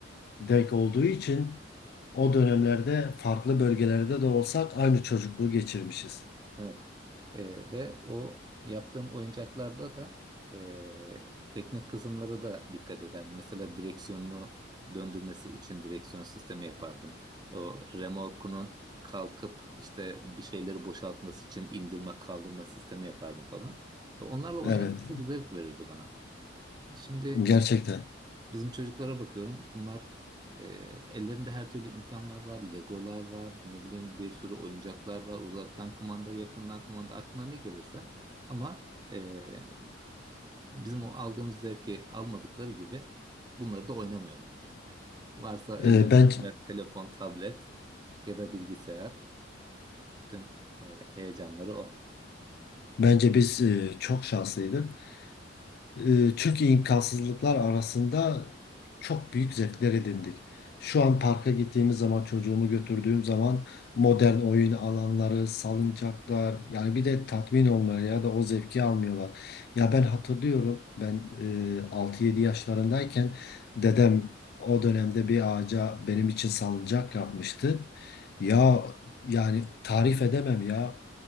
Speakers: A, on the left; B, on the right.
A: denk olduğu için o dönemlerde farklı bölgelerde de olsak aynı çocukluğu geçirmişiz.
B: evet, e, ve o yaptığım oyuncaklarda da e, teknik kısımlara da dikkat ederdim. Mesela direksiyonunu döndürmesi için direksiyon sistemi yapardım. O remorkunun kalkıp işte bir şeyleri boşaltması için indirme kaldırma sistemi yapardım falan. Ve Onlarla oynamak
A: Evet,
B: çok zevk verirdi bana. Şimdi
A: gerçekten.
B: Bizim çocuklara bakıyorum. Bunlar e, ellerinde her türlü imkanlar var. Legolar var. Ne bileyim bir sürü oyuncaklar var. Uzaktan kumanda, yakından kumanda aklına ne gelirse. Ama e, bizim o aldığımız zevki almadıkları gibi bunları da oynamıyorlar yani. Varsa ellerinde
A: Ee, ben
B: birer telefon, tablet ya da bilgisayar. Bütün e, heyecanları o.
A: bence biz e, çok şanslıydık. e, Türkiye imkansızlıklar arasında çok büyük zevkler edindik. Şu an parka gittiğimiz zaman çocuğumu götürdüğüm zaman modern oyun alanları, salıncaklar yani bir de tatmin olmuyor ya da o zevki almıyorlar. Ya ben hatırlıyorum ben e, 6-7 yaşlarındayken dedem o dönemde bir ağaca benim için salıncak yapmıştı. Ya yani tarif edemem ya